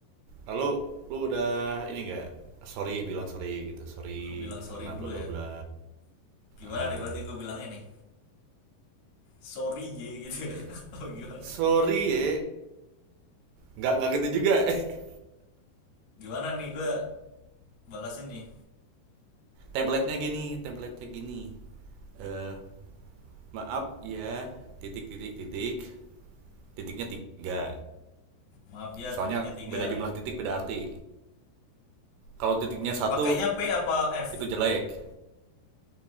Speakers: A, on the right; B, on the left.
A: Lalu lu udah ini enggak? Sorry bilang sorry gitu. Sorry
B: Aku bilang
A: karena
B: sorry dulu
A: bla bla
B: ya.
A: bla.
B: Gimana
A: Heeh.
B: nih berarti gue bilangnya nih? Sorry J gitu
A: iya.
B: ya. <laughs> Apa gimana?
A: Sorry ya. Enggak enggak gitu juga. <laughs>
B: Gimana nih gue balasnya nih?
A: template-nya gini template-nya gini eh uh, maaf ya titik titik titik titiknya tiga
B: Maaf ya
A: soalnya
B: titiknya tiga.
A: beda jumlah titik beda arti kalau titiknya satu
B: Pakainya P apa F?
A: itu jelek